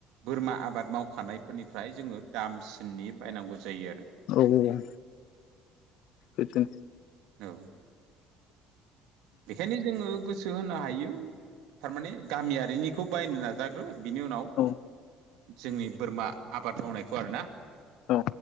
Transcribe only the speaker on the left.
औ औ बिदिनो
औ
औ